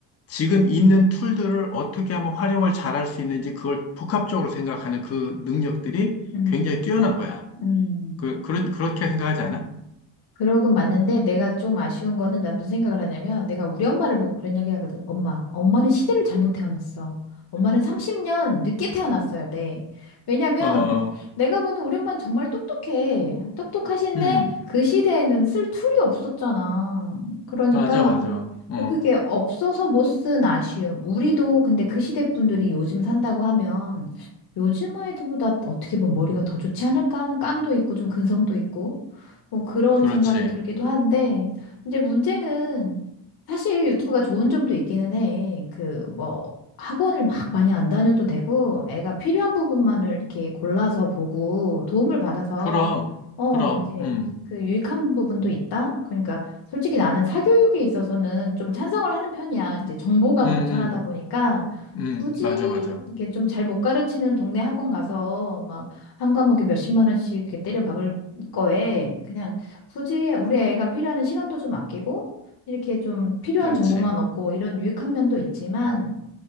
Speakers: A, on the left (about 30°); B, on the left (about 50°).
A: 지금 있는 툴들을 어떻게 하면 활용을 잘할 수 있는지 그걸 복합적으로 생각하는 그 능력들이
B: 음,
A: 굉장히 뛰어난 거야.
B: 음.
A: 그, 그런, 그렇게 생각하지 않아?
B: 그러긴 맞는데 내가 좀 아쉬운 거는 난 무슨 생각을 하냐면 내가 우리 엄마를 보고 그런 얘기를 하거든. 엄마, 엄마는 시대를 잘못 태어났어. 엄마는 30년 늦게 태어났어야 돼. 왜냐면
A: 어,
B: 내가 보는 우리 엄마는 정말 똑똑해. 똑똑하신데
A: 음,
B: 그 시대에는 쓸 툴이 없었잖아.
A: 맞아,
B: 그러니까
A: 맞아. 어,
B: 뭐 그게 없어서 못 쓴 아쉬움. 우리도 근데 그 시대 분들이 요즘 산다고 하면 요즘 아이들보다 어떻게 보면 머리가 더 좋지 않을까 하는 깡도 있고 좀 근성도 있고. 뭐 그런
A: 그렇지.
B: 생각이 들기도 한데, 이제 문제는 사실 유튜브가 좋은 점도 있기는 해. 그 뭐 학원을 막 많이 안 다녀도 되고, 애가 필요한 부분만을 이렇게 골라서 보고 도움을 받아서,
A: 그럼,
B: 어,
A: 그럼,
B: 이제
A: 음,
B: 그 유익한 부분도 있다? 그러니까 솔직히 나는 사교육에 있어서는 좀 찬성을 하는 편이야. 이제 정보가
A: 음,
B: 넘쳐나다 보니까
A: 음, 음,
B: 굳이
A: 맞아, 맞아.
B: 이게 좀 잘 못 가르치는 동네 학원 가서 막 한 과목에 몇십만 원씩 이렇게 때려 박을 거에 그냥 굳이 우리 애가 필요한 시간도 좀 아끼고 이렇게 좀 필요한
A: 그렇지.
B: 정보만 얻고 이런 유익한 면도 있지만